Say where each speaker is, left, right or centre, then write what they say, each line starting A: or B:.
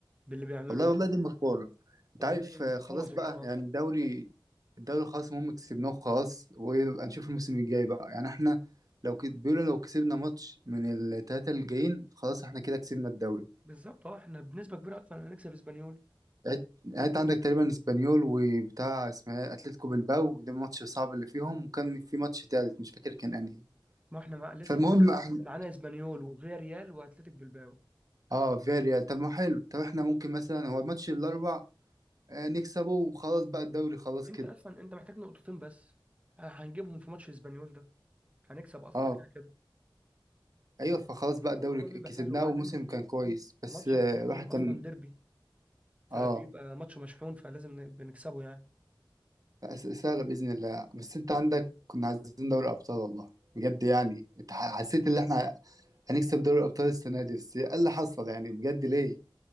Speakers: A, on the right; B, on the right.
A: باللي بيعمله
B: والله
A: ده
B: والله دي مش كورة انت
A: والله
B: عارف آه، خلاص
A: بوظ
B: بقى
A: الكره
B: يعني
A: اصلا
B: الدوري الدوري خلاص المهم كسبناه وخلاص ويبقى نشوف الموسم الجاي بقى يعني احنا لو كت- بيقولوا لو كسبنا ماتش من التلاتة اللي جايين خلاص احنا كده كسبنا الدوري
A: بالظبط اه احنا بنسبه كبيره اصلا هنكسب اسبانيول
B: يعني يعني انت عندك تقريبا اسبانيول وبتاع اسمها ايه؟ اتلتيكو بالباو ده الماتش الصعب اللي فيهم وكان في ماتش تالت مش فاكر كان انهي
A: ما احنا مع... لسه
B: فالمهم
A: معانا
B: احنا
A: معانا اسبانيول وفياريال واتلتيك بالباو
B: اه فياريال طب ما حلو طب احنا ممكن مثلا هو الماتش الاربع آه، نكسبه وخلاص بقى الدوري خلاص
A: انت
B: كده
A: اصلا انت محتاج نقطتين بس هنجيبهم في ماتش اسبانيول ده هنكسب اصلا
B: اه
A: كده كده
B: ايوه فخلاص بقى الدوري
A: الموضوع
B: ك-
A: بيبقى
B: كسبناه
A: سهل وبعدين
B: وموسم كان كويس بس
A: ماتش
B: آه،
A: اسبانيول
B: الواحد كان
A: اصلا ديربي فبيبقى
B: اه
A: ماتش مشحون فلازم ن- بنكسبه يعني
B: س- سهله باذن الله بس انت عندك كنا عايزين دوري ابطال والله بجد يعني انت ح- حسيت ان احنا هنكسب دوري الابطال السنه دي بس ايه اللي حصل يعني بجد ليه